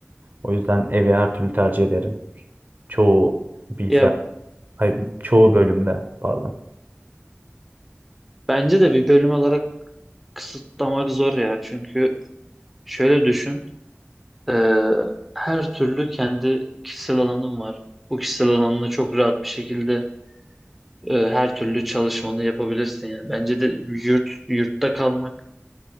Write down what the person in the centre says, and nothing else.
Ya
bence de bir bölüm olarak kısıtlamak zor ya. Çünkü şöyle düşün. Ee, her türlü kendi kişisel alanım var. Bu kişisel alanında çok rahat bir şekilde e, her türlü çalışmanı yapabilirsin. Yani bence de yurt yurtta kalmaktan